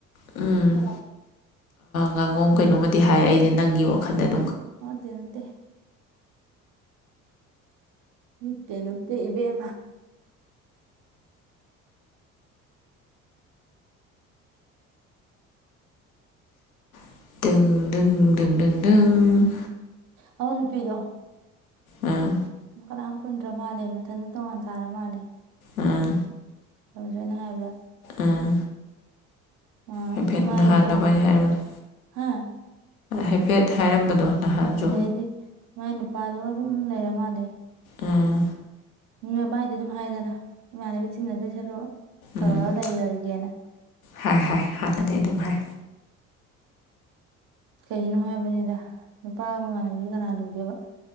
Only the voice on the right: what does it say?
ꯑ ꯇꯦ ꯅꯠꯇꯦ ꯃꯠꯇꯦ ꯅꯨꯠꯇꯦ ꯏꯕꯦꯝꯃ
ꯍꯥꯎ ꯅꯨꯄꯤꯗꯣ
ꯨ ꯀꯅꯥꯝ ꯄꯨꯟꯗ꯭ꯔ ꯃꯥꯜꯂꯦ ꯃꯊꯟꯗ ꯇꯣꯡꯉꯥꯟ ꯇꯥꯔ ꯃꯥꯜꯂꯦ
ꯌꯥꯝ ꯁꯣꯏꯅ ꯍꯥꯏꯕ꯭ꯔꯥ
ꯑ
ꯃꯥ
ꯏ ꯀꯅꯔ
ꯍꯥ
ꯑꯗꯩꯗꯤ ꯃꯥꯏ ꯅꯨꯄꯥꯗꯣ ꯑꯗꯨꯝ ꯂꯩꯔ ꯃꯥꯜꯂꯦ
ꯃꯤ ꯃꯃꯥꯏꯗꯤ ꯑꯗꯨꯝ ꯍꯥꯏꯗꯅ ꯏꯃꯥꯟꯅꯕꯤ ꯆꯤꯟꯅꯗꯣꯏ ꯁꯔꯛꯑꯣ ꯇꯥ
ꯑꯩꯒꯒꯦꯅ
ꯀꯩꯒꯤꯅꯣ ꯍꯥꯏꯕꯅꯤꯗ ꯅꯨꯄꯥꯒ ꯃꯃꯥꯟꯅꯕꯤꯁꯨ ꯀꯅꯥ ꯂꯨꯒꯦꯕ